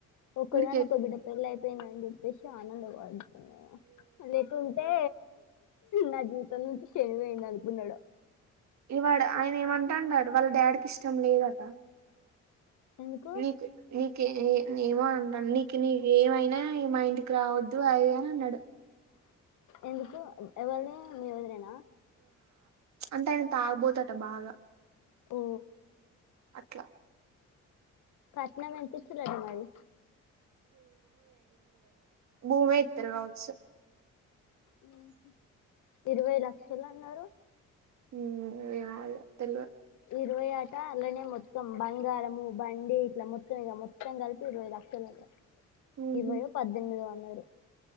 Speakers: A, on the left; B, on the right.
A: ఒక్కగానొక
B: వీడికి
A: బిడ్డ పెళ్ళ అయిపోయిందని చెప్పేసి ఆనంద పడుతున్నావ లేకుంటే నా జీవితం నుంచి శని పోయింది అనుకున్నాడొ
B: ఇగ వాడు ఆయన ఏమంటా అన్నాడు వాళ్ళ డాడీకి ఇష్టం లేదాట
A: ఎందుకు
B: నీకు నీకి ఏ ఏమో అంటాన్న నీకు నీ ఏమైనా మా ఇంటికి రావద్దు అది ఇది అన్నాడు
A: ఎందుకు ఎవళిని మీ వదినేనా
B: అంటే ఆయన తాగుబోతు అట బాగా
A: ఓ
B: అట్లా
A: కట్నం ఎంత ఇచ్చినారు మరి
B: భూమే ఇత్తారు కావచ్చు
A: ఉహు ఇరవై లక్షలు అన్నారు
B: మ్మ్ ఏమో ఇగ తెలవా
A: ఇరవై అటా అలానే మొత్తం బంగారము బండి ఇట్లా మొత్తం ఇక మొత్తం కలిపి ఇరవై లక్షలు
B: ఉహు
A: ఇరవై యో పద్దెనిమిదో అన్నారు